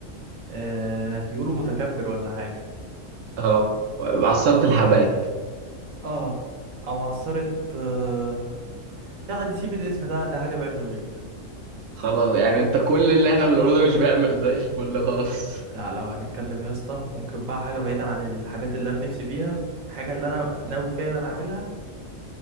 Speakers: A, on the right; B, on the right.
A: آه يقولوا متكبر ولا حاجه
B: اه عصارة الحبايب
A: اه او عصاره آه... لا دي سيب الاسم ده ده حاجه بعلم الغيب
B: خلاص يعني انت كل اللي احنا بنقوله ده مش بيعمل زي الفل خالص
A: لا لو هنتكلم يا اسطى ممكن بقى حاجة بعيدا عن الحاجات اللي انا نفسي فيها حاجة اللي انا ناوي فعلا اعملها